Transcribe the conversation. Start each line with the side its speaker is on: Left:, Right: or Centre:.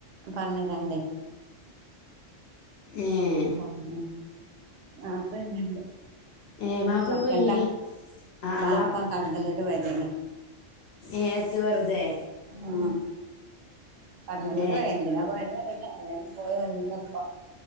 Right: പറഞ്ഞിങ്ങാണ്ട്.
Left: ഏഹ്
Right: വാപ്പ വര്ണ് ണ്ട്.
Left: ഏ ബാപ്പർക്ക്
Right: വെക്കണ്ടാ
Left: കൊയ്യേ ആ ആ
Right: വാപ്പാ കടന്നല്ലൂര് പോയതെന്.
Left: ഏത്ത് വെറുതെ.
Right: ആഹ കടന്നല്ലൂര്
Left: ഏ
Right: പോയ് എന്തിനാ പോയത് അറിയില്ല ഏതായാലും പോയി വന്നപ്പ.